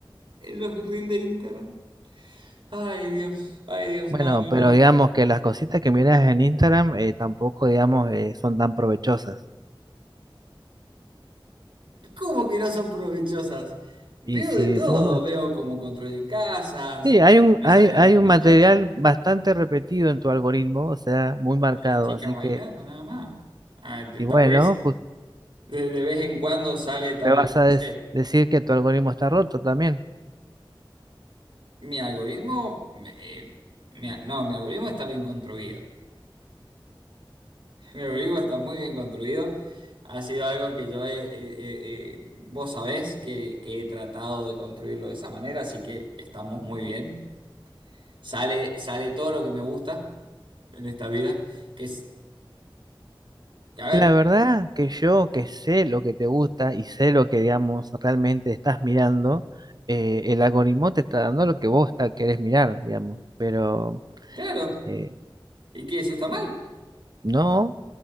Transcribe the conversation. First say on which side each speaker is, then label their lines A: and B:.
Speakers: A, on the right; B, on the right.
A: el- los reels de Instagram. Ay, Dios, ay, Dios,
B: Bueno,
A: no, no,
B: pero
A: no.
B: digamos que las cositas que miras en Instagram eh, tampoco, digamos, eh, son tan provechosas.
A: ¿Cómo que no son provechosas? Veo
B: Y si,
A: de todo,
B: si vos ma-
A: veo cómo construyen casas,
B: sí, hay un,
A: me
B: hay,
A: sale alguna
B: hay un
A: que
B: material
A: otra chi-
B: bastante repetido en tu algoritmo, o sea, muy
A: algunas
B: marcado.
A: chicas
B: Así
A: bailando
B: que,
A: nada más. Ah, de-
B: y
A: tal
B: bueno,
A: vez
B: jus-
A: de, de vez en cuando sale, tal
B: me vas
A: vez,
B: a
A: no
B: des-
A: sé.
B: decir que tu algoritmo está roto también.
A: Mi algoritmo, eh, mi a- no, mi algoritmo está bien construido. <laughs> Mi algoritmo está muy bien construido. Ha sido algo que yo he, he- he- he- vos sabés que, que he tratado de construirlo de esa manera, así que estamos muy bien. Sale, sale todo lo que me gusta en esta vida, que es, a ver,
B: La verdad que yo que sé lo que te gusta y sé lo que, digamos, realmente estás mirando, eh, el algoritmo te está dando lo que vos ta- querés mirar, digamos. Pero
A: claro,
B: eh,
A: ¿y qué? ¿Eso está mal?
B: no.